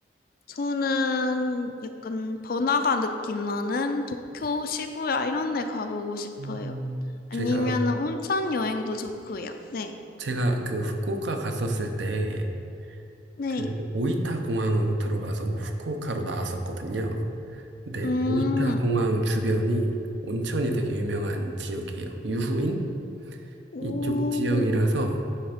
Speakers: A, on the left; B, on the right.
A: 저는 약간 번화가 느낌 나는 도쿄, 시부야 이런 데 가보고 싶어요.
B: 음,
A: 아니면은
B: 제가
A: 온천 여행도 좋고요. 네.
B: 제가 그 후쿠오카 갔었을 때
A: 네.
B: 그 오이타 공항으로 들어가서 후쿠오카로 나왔었거든요. 근데
A: 음.
B: 오이타 공항 주변이 온천이 되게 유명한 지역이에요. 유후인
A: 오.
B: 이쪽 지역이라서